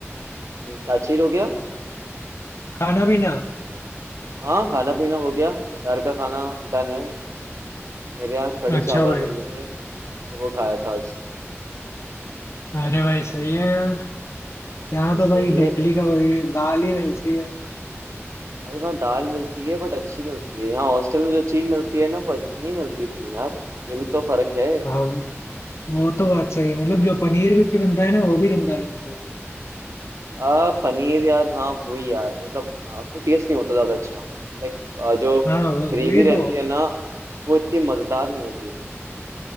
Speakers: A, on the right; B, on the left.
A: हम्म, क्या चीज हो गया
B: खाना पीना
A: हाँ खाना पीना हो गया दोपहर का खाना डन है मेरे यहाँ कढ़ी
B: अच्छा
A: चावल
B: भाई
A: बनने थे तो वो खाया था आज
B: अरे भाई सही है यार यहाँ
A: भाई
B: तो
A: सही
B: भाई
A: है
B: डेली का वही दाल ही मिलती है
A: भाई वहाँ दाल मिलती है बट अच्छी मिलती है यहाँ हॉस्टल में जो चीज मिलती है ना वो अच्छी नहीं मिलती इतनी यार ये भी तो फर्क है
B: हाँ वो तो बात सही है मतलब जो पनीर भी बनता है ना वो भी गंदा बनता है
A: आ, पनीर यार हाँ वही यार मतलब आ, कोई टेस्ट नहीं होता ज्यादा अच्छा लाइक आ, जो
B: हाँ वो-
A: ग्रेवी
B: वही
A: रहती
B: तो
A: है ना वो इतनी मजेदार नहीं होती